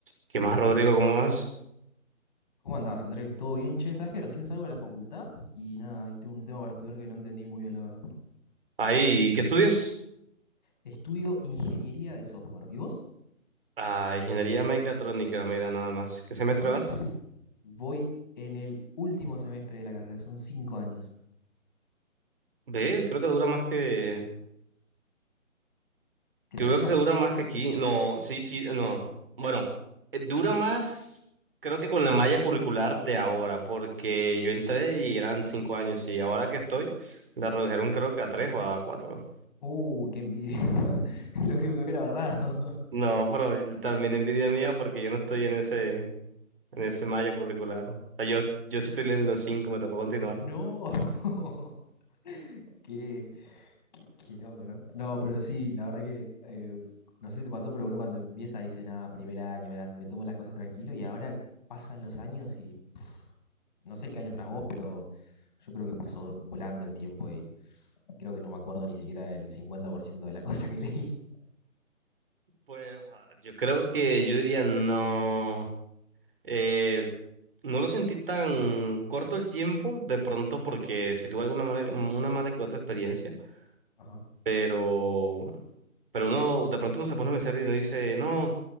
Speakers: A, on the right; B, on the left.
A: ¿Qué más, Rodrigo? ¿Cómo vas?
B: ¿Cómo andás, Andrés? ¿Todo bien, che? ¿Sabés que recién salgo de la facultad? Y nada, ahí tengo un tema para estudiar que no entendí muy bien, la verdad.
A: Ahí, ¿qué estudias?
B: Estudio ingeniería de software. ¿Y vos?
A: Ah, ingeniería mecatrónica, mira, nada más. ¿Qué semestre
B: Uf,
A: vas?
B: voy en el último semestre de la carrera, son cinco años.
A: Ve, creo que dura más que...
B: ¿Qué
A: Creo
B: la tuya?
A: que dura más que aquí. No, sí, sí, no. Bueno, eh, dura más, creo que con la malla curricular de ahora, porque yo entré y eran cinco años y ahora que estoy, la redujeron creo que a tres o a cuatro.
B: Uh, qué envidia. <laughs> Lo que me hubiera ahorrado. <laughs>
A: No, pero también envidia mía porque yo no estoy en ese, en ese malla curricular. O sea, yo, yo sí estoy en los cinco, me tocó continuar.
B: No. <laughs> Qué, qué, qué loco, ¿no? No, pero sí, la verdad que eh, no sé si te pasó, pero uno cuando empieza dice, nada, primer año, me, la- me tomo las cosas tranquilo y ahora pasan los años y No sé en qué año estás vos, pero yo creo que pasó volando el tiempo y creo que no me acuerdo ni siquiera el 50% de la <laughs> cosa que leí.
A: Pues ah, yo creo que yo diría no. Eh, no lo sentí tan corto el tiempo, de pronto, porque si tuve alguna mala, una mala que otra experiencia,
B: Ajá.
A: pero, pero uno de pronto uno se pone a pensar y uno dice, no,